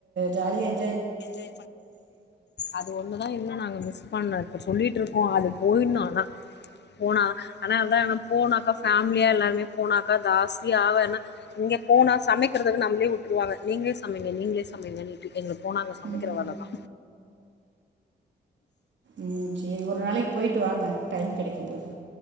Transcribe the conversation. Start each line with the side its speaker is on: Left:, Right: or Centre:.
Right: ஜாலியா என்
Left: அது ஒண்ணுதா இன்னு நாங்க மிஸ் பண்ணது பட் சொல்லிட்ருக் கோ அது போயிட்னு ஆனா போனா ஆனா அதா நம் போனாக்கா ஃபேமிலியா எல்லாருமே போனாக்கா ஜாஸ்தியாவு ஏன்னா இங்க போனா சமைக்கிறதுக்கு நம்மளயே விட்ருவாங்க நீங்களே சமைங்க நீங்களே சமைங்கனிட்டு எங்கள போனா அங்க சமைக்கிற
Right: ம்,
Left: வேலதா
Right: ம் சேரி ஒரு நாளைக்கு போயிட்டு வாங்க டைம் கெடைக்கும்போது